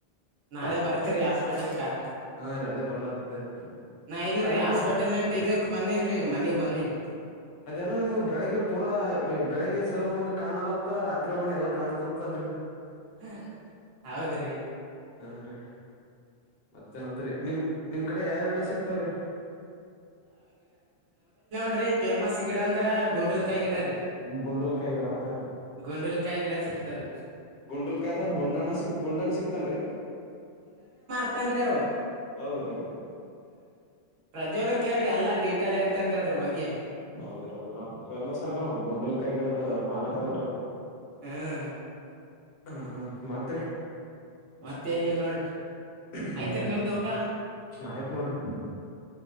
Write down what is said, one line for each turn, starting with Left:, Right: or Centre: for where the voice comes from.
Right: ನಾಳೆ ಬರ್ತೀರಿ ಹಾಸ್ಪಿಟಲ್ ಕ
Left: ಹಾ ರೀ ಅದೇ ಬರ್ಲತ್ತಿದ
Right: ನಾ ಇಲ್ರರಿ
Left: ಅದೇನೋ
Right: ಹಾಸ್ಪಿಟಲ್ ಎಂಟು ಇದಕ್ ಬಂದೇನ್ರೀ ಈಗ ಮನಗ್ ಬಂದೀನ್
Left: ಅದೇನೋ ನಿಮಗ್ ಬೆಳ್ಳಗೆ ಪೂರಾ ಬೆಳಿಗ್ಗೆ ಸರ್ ಮುಂದ ಕಾಣಲತ್ತ ರಾತ್ರಿ ಹೋಗಣ ಎಲ್ಲಾ ಕಾಣ್ತತ್ತಲ್ರರಿ
Right: ಹ ಹೌದ್ರಿ
Left: ಹಾ ರೀ ಮತ್ತೆ ನಂತರಿ ನಿಮ್ ನಿಮ್ ಕಡೆ ಯಾವ ಗಿಡ ಯಾವ ಸಿಕ್ತವ್ರೀ
Right: ೀ ೇಮಸ್ ಗಿಡ ಅಂದ್ರೆ ಗುಂಡಲ್ಕಾಯಿ ಗಿಡ ರೀ
Left: ಗುಂಡಲ್ ಕಾಯಿ ಹಾ ರೀ
Right: ಗುಂಡಲ್ಕಾಯಿ ಗಿಡ ಸಿಗ್ತದ
Left: ಗುಂಡಲ್ಕಾಯದಾಗ ಗುಂಡಾಣ ಸಿಕ್ ಗುಂಡಾಣ ಸಿಕ್ತನ್ರಿ
Right: ಹತಾನರೆವು
Left: ಹೌದ ರೀ
Right: ಪ್ರಜ್ವಲ್ಗೆ ಕೇಳ್ರಿ ಎಲ್ಲಾ ಡೀಟೇಲ್ ತಂದ್ರೆ ಅದ್ರ ಬಗ್ಗೆ
Left: ಹೌದ್ರಿ ಹೌದ್ರ ಫೇಮಸ್ ಅನ್ರು ಗುಂಡಲ್ಕಾಯಿ ಗಿಡದ ಮಾಲಕದನ್ರು
Right: ಹ್ಮ್
Left: ಹಾ ಹಾ ಮಾತ್ರೆ
Right: ಮತ್ತೇನ ಇಲ್ ನೋಡ್ರಿ
Left: ಹ್ಮ್
Right: ಆಯ್ತ್ರಿ ನಿಮ್ದ್ ಊಟ
Left: ಆಯ್ತ್ ನೋಡ್ರಿ